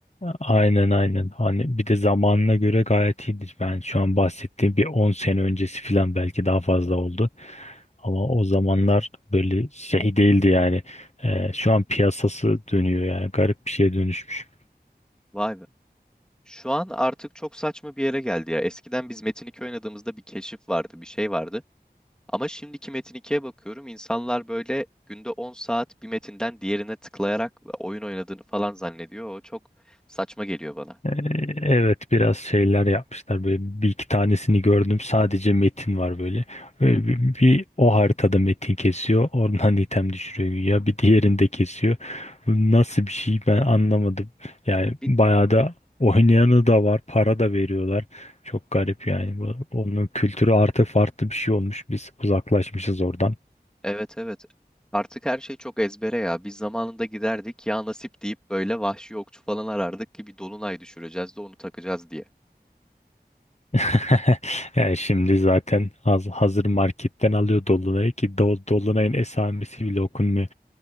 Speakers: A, on the left; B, in the centre.
A: Aynen aynen. Hani bir de zamanına göre gayet iyidir. Ben şu an bahsettiğim bir on sene öncesi falan belki daha fazla oldu. Ama o zamanlar böyle şey değildi yani. Ee, şu an piyasası dönüyor yani garip bir şeye dönüşmüş.
B: Vay be. Şu an artık çok saçma bir yere geldi ya. Eskiden biz Metin 2 oynadığımızda bir keşif vardı, bir şey vardı. Ama şimdiki Metin ikiye bakıyorum. İnsanlar böyle günde 10 saat bir metinden diğerine tıklayarak oyun oynadığını falan zannediyor. O çok saçma geliyor bana.
A: Ee, Evet biraz şeyler yapmışlar böyle bir iki tanesini gördüm sadece metin var böyle. Böyle bir, bir o haritada metin kesiyor oradan item düşürüyor ya bir diğerinde kesiyor. Bu Nasıl bir şey ben anlamadım. Yani
B: Bir,
A: bayağı da oynayanı da var para da veriyorlar. Çok garip yani bu, onun kültürü artık farklı bir şey olmuş biz uzaklaşmışız oradan.
B: evet evet. Artık her şey çok ezbere ya. Biz zamanında giderdik ya nasip deyip böyle vahşi okçu falan arardık ki bir dolunay düşüreceğiz de onu takacağız diye.
A: <laughs> Yani şimdi zaten haz- hazır marketten alıyor Dolunay'ı ki Do- Dolunay'ın esamesi bile okunmuyor.